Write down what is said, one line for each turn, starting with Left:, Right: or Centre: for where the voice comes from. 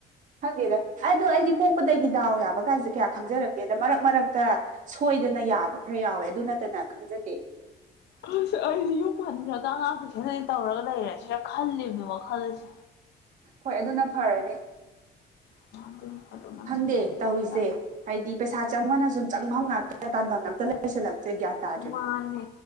Right: ꯈꯪꯒꯦꯗ ꯑꯗꯣ ꯑꯩꯗꯤ ꯄꯣꯛꯄꯗꯒꯤ ꯗꯥꯎ ꯌꯥꯕ ꯀꯥꯏꯁꯦ ꯀꯌꯥ ꯈꯪꯖꯔꯛꯇꯦꯗ ꯃꯔꯛ ꯃꯔꯛꯇ ꯁꯣꯏꯗꯅ ꯌꯥꯕ ꯈꯔ ꯌꯥꯎꯋꯦ ꯑꯗꯨ ꯅꯠꯇꯅ ꯈꯪꯖꯗꯦ
Left: ꯑꯁ ꯑꯩꯁꯗꯤ ꯌꯨꯝ ꯍꯟꯈ꯭ꯔꯒ ꯑꯉꯥꯡ ꯇꯨꯢꯁꯟ <unintelligible> ꯇꯧꯔꯒ ꯂꯩꯔꯦ ꯁꯤꯔ ꯈꯜꯂꯤꯕꯅꯦꯕ ꯈꯜꯂꯁꯦ
Right: ꯍꯣꯏ ꯑꯗꯨꯅ ꯐꯔꯅꯤ
Left: <unintelligible>
Right: ꯈꯪꯗꯦ ꯇꯧꯔꯤꯁꯦ ꯍꯥꯏꯗꯤ ꯄꯩꯁꯥ ꯆꯪꯕꯅ ꯁꯨꯝ ꯆꯪꯐꯝ ꯉꯥꯛꯇ ꯇꯥꯟꯐꯝ ꯑꯝꯇ ꯂꯩꯁꯤꯜꯂꯛꯇꯔ ꯒ꯭ꯌꯥꯟ ꯇꯥꯗ꯭ꯔꯦ
Left: ꯋꯥꯅꯦ